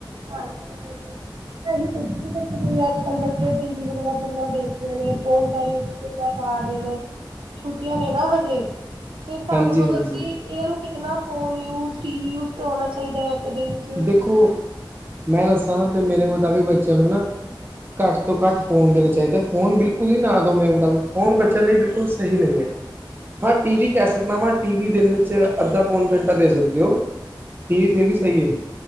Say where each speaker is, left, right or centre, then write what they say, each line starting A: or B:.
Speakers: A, on the right; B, on the right.
A: ਹਾਂਜੀ <inaudible> ਮੈਂ ਪੁੱਛਦੀ ਸੀ ਕਿ ਅੱਜ-ਕੱਲ ਬੱਚੇ ਟੀ ਵੀ ਵਗੈਰਾ ਕਿੰਨਾ ਦੇਖਦੇ ਨੇ ਫੋਨ ਦਾ ਯੂਜ਼ ਕਿੰਨਾ ਕਰ ਰਹੇ ਨੇ ਛੁੱਟੀਆਂ ਨਾ ਹਜੇ। ਤੇ ਸਾਨੂੰ
B: ਹਾਂਜੀ
A: ਮਤਲਬ
B: ਹਾਂਜੀ
A: ਕਿ ਇਹਨਾਂ ਨੂੰ ਕਿਤਨਾ phone use TV use ਕਰਵਾਉਣਾ ਚਾਹੀਦਾ ਹੈ। ਇੱਕ ਦਿਨ ਚ
B: ਦੇਖੋ ਮੈਂ ਦੱਸਾਂ ਨਾ ਤੇ ਮੇਰੇ ਮੁਤਾਬਿਕ ਬੱਚਿਆਂ ਨੂੰ ਨਾ ਘੱਟ ਤੋਂ ਘੱਟ ਫੋਨ ਦੇਣਾ ਚਾਹੀਦਾ ਫ਼ੋਨ ਬਿਲਕੁਲ ਹੀ ਨਾ ਦਿਉ ਮੇਰੇ ਮੁਤਾਬਿਕ ਫੋਨ ਬੱਚਿਆਂ ਲਈ ਬਿਲਕੁਲ ਸਹੀ ਨਹੀਂ ਹੈ। ਹਾਂ ਟੀ ਵੀ ਕਹਿ ਸਕਦਾ ਵਾਂ ਟੀ ਵੀ ਦਿਨ ਵਿੱਚ ਅੱਧਾ ਪੌਣਾ ਘੰਟਾ ਦੇ ਸਕਦੇ ਹੋ। ਟੀ ਵੀ ਫਿਰ ਵੀ ਸਹੀ ਏ।